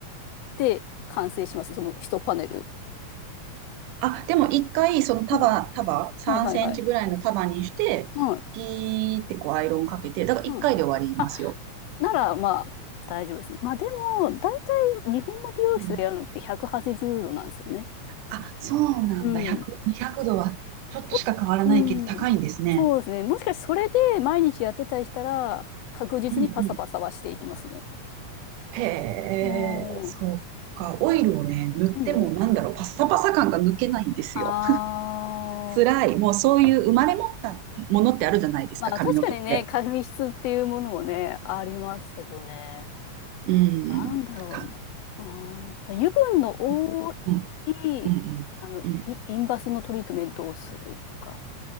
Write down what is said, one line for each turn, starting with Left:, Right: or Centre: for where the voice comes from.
Left: で完成しますその一パネル。
Right: あ、でも一回、その束、
Left: うん。
Right: 束、3センチぐらいの束にして、
Left: はいはいはい。はい。
Right: ピーってこうアイロンかけて、だから一回で終わりますよ。
Left: うん。あ、ならまあ大丈夫ですね。まあでも、大体日本の美容室でやるのって180度なんですよね。
Right: うん。あ、そうなんだ。
Left: うん。
Right: 100、
Left: ち
Right: 200度はちょっとしか変わらないけど高いんですね。
Left: ょっと、うん。そうですね。もしかしてそれで毎日やってたりしたら、確実にパサパサはしていきますね。
Right: うんうん。へえ、
Left: おー。
Right: そうか。オイルをね、塗ってもなんだろう、
Left: うんうん。
Right: パサパサ感が抜けないんですよ。
Left: あー。
Right: 辛い。もうそういう生まれ持ったものってあるじゃないですか、
Left: まあ確かにね、
Right: 髪の毛って。
Left: 紙質っていうものもね、ありますけどね。
Right: うん。
Left: なんだろうな。
Right: か
Left: あーと油分の多
Right: うん、うん、
Left: い、
Right: うん。
Left: あの、
Right: うん
Left: イ、インバスのトリートメントをするとか、